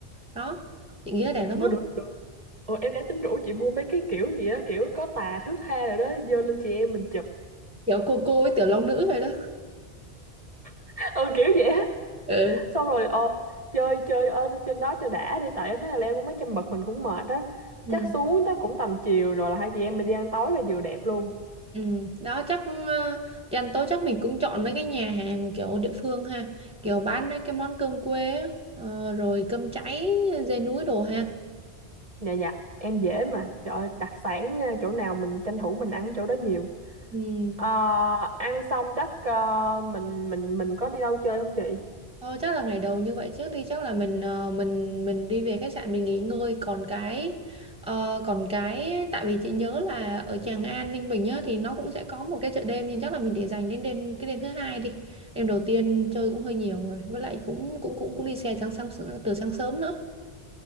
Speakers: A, in the centre; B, on the right.
A: đó chị nghĩ
B: <laughs>
A: là đẹp lắm
B: Ủa
A: á
B: được được Ồ, em đang tính rủ chị mua mấy cái kiểu gì á kiểu có tà thước tha rồi đó vô lên chị em mình chụp
A: kiểu cô cô với tiểu long nữ vậy đó
B: <laughs> ừ kiểu vậy
A: ừ
B: xong rồi ờ, chơi chơi ở trên đó cho đã đi tại em thấy là leo cũng mấy trăm bậc mình cũng mệt á
A: ừ
B: chắc xuống tới cũng tầm chiều rồi là hai chị em mình đi ăn tối là vừa đẹp luôn
A: Ừ, đó chắc ờ, dành tối chắc mình cũng chọn mấy cái nhà hàng kiểu địa phương ha kiểu bán mấy cái món cơm quê á, ờ, rồi cơm cháy dê núi đồ ha
B: dạ dạ em dễ mà trời ơi, đặc sản nha, chỗ nào mình tranh thủ mình ăn chỗ đó nhiều
A: ừ.
B: Ờ, ăn xong chắc ờ, mình mình mình có đi đâu chơi không chị
A: Thôi chắc là ngày đầu như vậy trước đi chắc là mình ờ, mình mình đi về khách sạn mình nghỉ ngơi còn cái ờ, còn cái tại vì chị nhớ là ở Tràng An Ninh Bình á thì nó cũng sẽ có một cái chợ đêm nhưng chắc là mình để dành đến đêm cái đêm thứ hai đi đêm đầu tiên chơi cũng hơi nhiều rồi với lại cũng cũng cũng cũng đi xe sáng sáng từ sáng sớm nữa